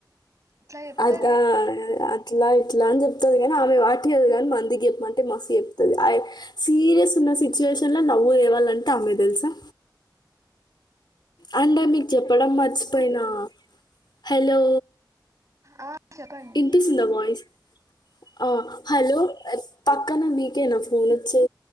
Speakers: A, on the right (about 45°); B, on the left (about 75°).
A: ఇట్లా చెప్తది
B: అదా అద్ ఇట్లా ఇట్లా అని చెప్తుంది కాని ఆమె వాటియదు కాని మందికి చెప్పంటే మస్త్ చెప్తుంది సీరియస్ న సిచ్యువేషన్ ల నవ్వు లేేవాలంటే ఆమె తెలుసా అంటే మీకు చెప్పడం మర్చిపోయినా హలో
A: ఆ చెప్పండి
B: ఇనిపిస్తుందా వాయిస్ ఆ హలో పక్కన మీకేనా ఫోన్ చ్